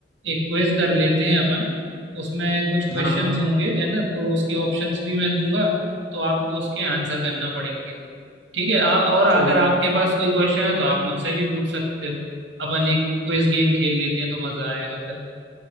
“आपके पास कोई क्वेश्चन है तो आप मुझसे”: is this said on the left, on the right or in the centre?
Right